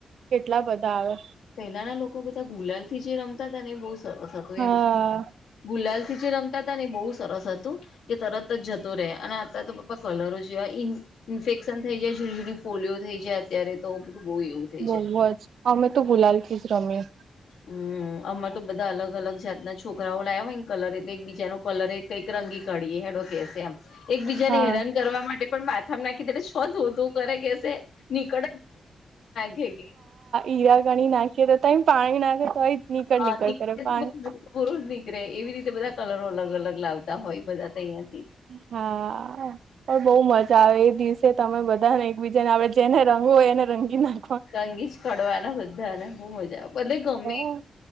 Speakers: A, on the right; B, on the left.
A: કેટલા બધા આવે.
B: પહેલાના લોકો બધા ગુલાલ થી જે રમતા હતા, ને એ બહુ સરસ હતું
A: હા
B: એમ. ગુલાલ થી જે રમતા હતા, ને એ બહુ સરસ હતું. કે તરત જ જતો રહે. અને અત્યારે તો બાપ્પા કલરો જેવા ઇ.. ઇન્ફેક્શન થઈ જાય. જીણી-જીણી ફોલિયો થઈ જાય. અત્યારે તો બધું બહુ એવું. થઈ
A: બહુ
B: જાય.
A: જ. અમે તો ગુલાલ થી જ રમીએ.
B: હમ અમારે તો બધા અલગ-અલગ જાતના છોકરાઓ લાવ્યા હોય ને કલર એટલે એકબીજા નો કલર એક. કઈક રંગી કડી એ. હેડો કેશે એમ. એકબીજાને
A: હા.
B: હેરાન કરવા માટે પણ માથામાં નાખી દે છ ધો-ધો કરે કેશે. નીકળવ ઘેગ <inaudible>
A: ઈરા ઘણી નાખી તો ત પાણી નાખે તોય.. નીકળ
B: હ
A: નીકળ કરે
B: <inaudible>
A: પાણી
B: પૂર જ નીકરેે. એવી રીતે બધા કલરો અલગ-અલગ લાવતા હોય, બધા ત અહીંથી.
A: હા.. આ. પણ બહુ મજા આવે, એ દિવસે તમે બધાને એકબીજા ને આપડ.. એને રંગ હોય, એને રંગી ના..
B: રંગીજ કડવાના બધાને. બહુ મજા આવે, ભલે ગમે..
A: હ <inaudible>